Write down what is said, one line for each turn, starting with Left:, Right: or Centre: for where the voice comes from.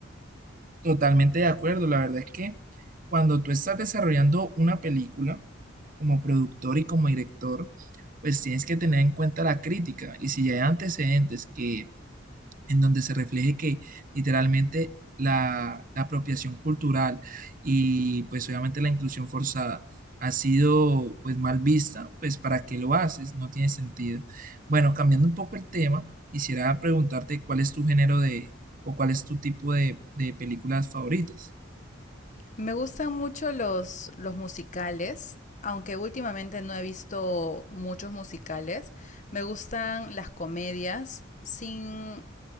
Right: Totalmente de acuerdo. La verdad es que cuando tú estás desarrollando una película como productor y como director, pues tienes que tener en cuenta la crítica. Y si hay antecedentes que en donde se refleje que literalmente la, la apropiación cultural y pues obviamente la inclusión forzada ha sido pues mal vista, pues ¿para qué lo haces? No tiene sentido. Bueno, cambiando un poco el tema, quisiera preguntarte cuál es tu género de o cuál es tu tipo de, de películas favoritas.
Left: Me gustan mucho los, los musicales, aunque últimamente no he visto muchos musicales. Me gustan las comedias sin